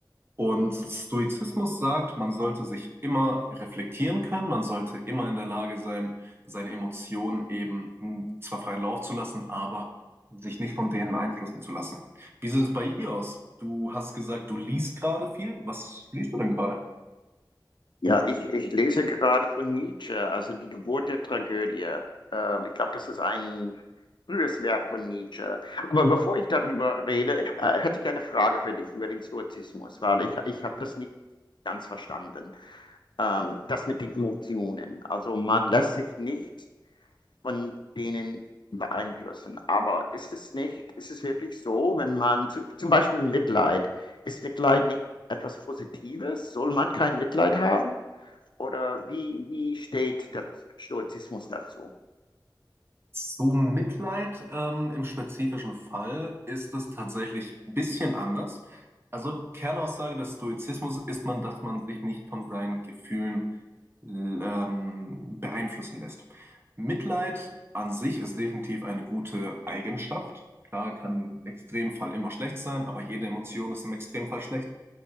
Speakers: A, on the right (about 30°); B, on the left (about 75°).
A: Und Stoizismus sagt, man sollte sich immer reflektieren können, man sollte immer in der Lage sein, seine Emotionen eben hm, zwar freien Lauf zu lassen, aber sich nicht von denen beeinflussen zu lassen. Wie sieht es bei dir aus? Du hast gesagt, du liest gerade viel. Was liest du denn gerade?
B: Ja, ich, ich lese gerade von Nietzsche, also die Geburt der Tragödie. Ähm, ich glaube, das ist ein frühes Werk von Nietzsche. Aber bevor ich darüber rede, äh, hätte ich eine Frage für dich über den Stoizismus, weil ich, ich habe das nicht ganz verstanden. Ähm, das mit den Emotionen. Also man lässt sich nicht von denen beeinflussen. Aber ist es nicht, ist es wirklich so, wenn man zu, zum Beispiel Mitleid, ist Mitleid nicht etwas Positives? Soll man kein Mitleid haben? Oder wie, wie steht der Stoizismus dazu?
A: Zu Mitleid ähm, im spezifischen Fall ist es tatsächlich ein bisschen anders. Also Kernaussage des Stoizismus ist man, dass man sich nicht von seinen Gefühlen ähm, beeinflussen lässt. Mitleid an sich ist definitiv eine gute Eigenschaft. Klar, kann im Extremfall immer schlecht sein, aber jede Emotion ist im Extremfall schlecht.